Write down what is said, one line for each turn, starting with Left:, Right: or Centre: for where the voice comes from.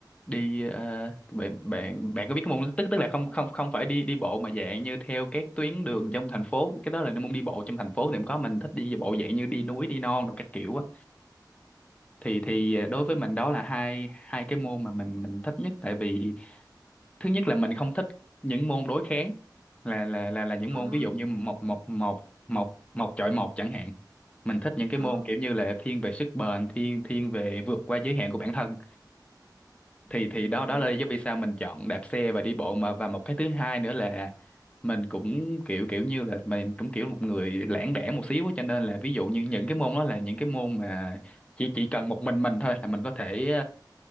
Left: đi ờ, bạn bạn bạn có biết cái môn tức tức là không không không phải đi đi bộ mà dạng như theo các tuyến đường trong thành phố cái đó là môn đi bộ trong thành phố thì cũng có mình thích đi bộ dạng như đi núi đi non đồ các kiểu á thì thì ờ, đối với mình đó là hai hai cái môn mà mình mình thích nhất tại vì thứ nhất là mình không thích những môn đối kháng là là là là những
Right: À,
Left: môn ví dụ như một một một một một chọi một chẳng hạn mình thích những cái
Right: à,
Left: môn kiểu như là thiên về sức bền thiên thiên về vượt qua giới hạn của bản thân thì thì đó
Right: ừ,
Left: đó là lý do vì sao mình chọn đạp xe và đi bộ mà và một cái thứ hai nữa là mình cũng kiểu kiểu như là mình cũng kiểu một người lãng đãng một xíu á, cho nên là ví dụ như những cái môn đó là những cái môn mà chỉ chỉ cần một mình mình thôi là mình có thể